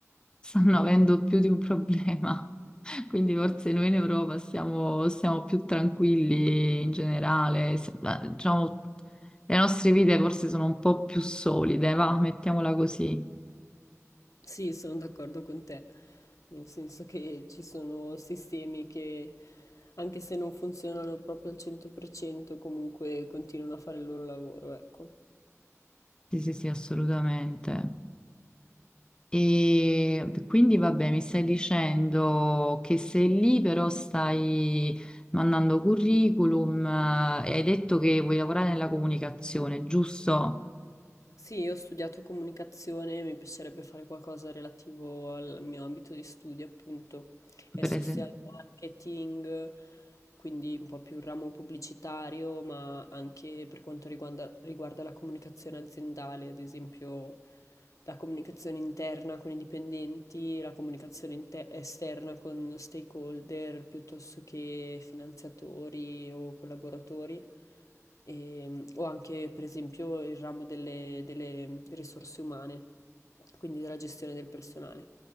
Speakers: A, on the left; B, on the left.
A: stanno avendo più di un problema. <laughs> Quindi forse noi in Europa siamo, siamo più tranquilli in generale, se- la- diciamo, le nostre vite forse sono un po' più solide, va, mettiamola così.
B: Sì, sono d'accordo con te, nel senso che ci sono sistemi che, anche se non funzionano proprio al 100%, comunque continuano a fare il loro lavoro, ecco.
A: Sì, sì, sì, assolutamente. E quindi vabbè, mi stai dicendo che sei lì, però stai mandando curriculum eh, e hai detto che vuoi lavorare nella comunicazione, giusto?
B: Sì, io ho studiato comunicazione, mi piacerebbe fare qualcosa relativo al mio ambito di studio, appunto, e
A: Per
B: social
A: esempio.
B: marketing, quindi un po' più il ramo pubblicitario, ma anche per quanto riguarda, riguarda la comunicazione aziendale, ad esempio la comunicazione interna con i dipendenti, la comunicazione inte- esterna con stakeholder, piuttosto che finanziatori o collaboratori ehm, o anche per esempio il ramo delle, delle risorse umane, quindi della gestione del personale.